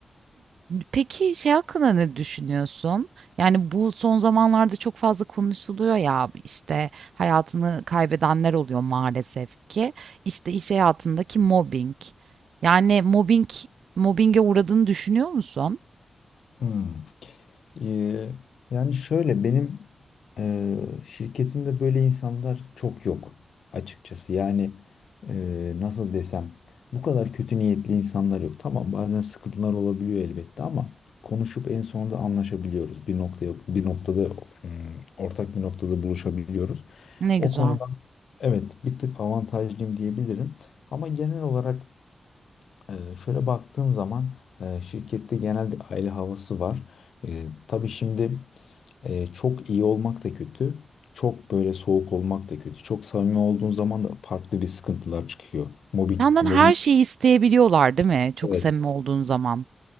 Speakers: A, on the right; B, on the left.
A: Peki şey hakkında ne düşünüyorsun? Yani bu son zamanlarda çok fazla konuşuluyor ya işte hayatını kaybedenler oluyor maalesef ki. İşte iş hayatındaki mobbing. Yani mobbing mobbinge uğradığını düşünüyor musun?
B: Hmm. Ee, yani şöyle benim e, şirketimde böyle insanlar çok yok açıkçası. Yani e, nasıl desem bu kadar kötü niyetli insanlar yok. Tamam bazen sıkıntılar olabiliyor elbette ama konuşup en sonunda anlaşabiliyoruz. Bir noktaya bir noktada mm, ortak bir noktada buluşabiliyoruz.
A: Ne
B: O
A: güzel.
B: konudan evet bir tık avantajlıyım diyebilirim. Ama genel olarak e, şöyle baktığım zaman e, şirkette genel bir aile havası var. E, tabii şimdi. Ee, çok iyi olmak da kötü. Çok böyle soğuk olmak da kötü. Çok samimi olduğun zaman da farklı bir sıkıntılar çıkıyor. Mobbing,
A: Senden
B: mobbing
A: her şeyi isteyebiliyorlar değil mi? Çok
B: evet
A: samimi olduğun zaman.